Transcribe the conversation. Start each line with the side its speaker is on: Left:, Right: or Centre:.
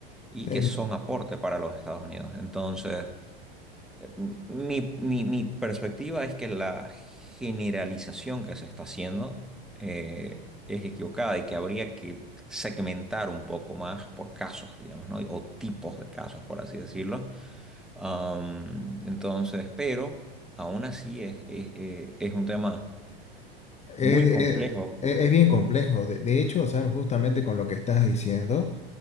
Centre: y
Left: Eh,
Centre: que son aporte para los Estados Unidos. Entonces, mi, mi- mi perspectiva es que la generalización que se está haciendo eh, es equivocada y que habría que segmentar un poco más por casos, digamos, ¿no? O tipos de casos, por así decirlo. Am, entonces, pero aún así es, es- eh, es un tema
Left: Es,
Centre: muy
Left: es-
Centre: complejo.
Left: es- bien complejo. De, de hecho, ¿sabes? Justamente con lo que estás diciendo,